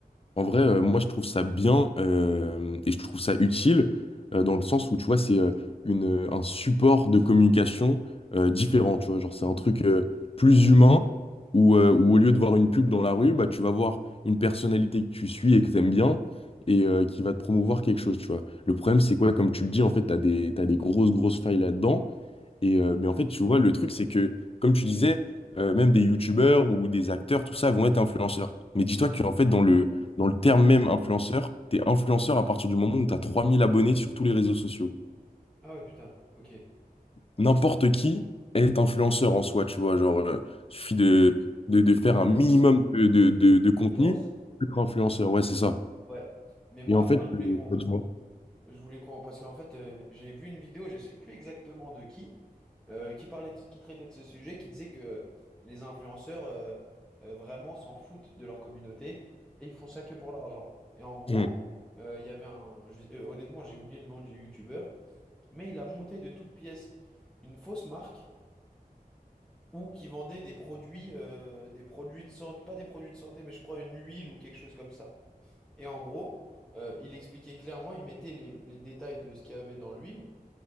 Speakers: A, on the left; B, in the centre.
A: En vrai, euh, moi, je trouve ça bien euh, et je trouve ça utile euh, dans le sens où, tu vois, c'est euh, une, euh, un support de communication euh, différent, tu vois. Genre, c'est un truc euh, plus
B: Ouais.
A: humain où, euh, où au lieu de voir une pub dans la rue, bah, tu vas voir une personnalité que tu suis et que t'aimes bien et euh, qui va te promouvoir quelque chose, tu vois. Le problème, c'est quoi? Comme tu le dis, en fait, t'as des, t'as des grosses, grosses failles là-dedans. Et, euh, mais en fait, tu vois, le truc, c'est que, comme tu disais, euh, même des youtubeurs ou des acteurs, tout ça, vont être influenceurs. Mais dis-toi qu'en fait, dans le, dans le terme même influenceur, t'es influenceur à partir du moment où t'as 3000 abonnés sur tous les réseaux sociaux.
B: Ah ouais, putain, ok.
A: N'importe qui est influenceur en soi, tu vois. Genre, euh, suffit de, de, de faire un
B: Ouais.
A: minimum de, de, de, de contenu
B: Audience.
A: pour être influenceur. Ouais, c'est ça.
B: Ouais. Mais moi,
A: Et en fait,
B: moi je
A: euh,
B: voulais qu'on
A: bah, dis
B: Je voulais qu'on... Parce qu'en fait, euh, j'avais vu une vidéo, je sais plus exactement de qui, euh, qui parlait de- qui traitait de ce sujet, qui disait que les influenceurs euh, euh, vraiment s'en foutent de leur communauté et ils font ça que pour l'argent. Et en gros,
A: Hmm,
B: euh, il y avait un... je- euh, honnêtement, j'ai oublié le nom du youtubeur, mais il a monté de toutes pièces une fausse marque ou qui vendait des produits, euh, des produits de santé, pas des produits de santé, mais je crois une huile ou quelque chose comme ça. Et en gros, euh, il expliquait clairement, il mettait les, les détails de ce qu'il y avait dans l'huile.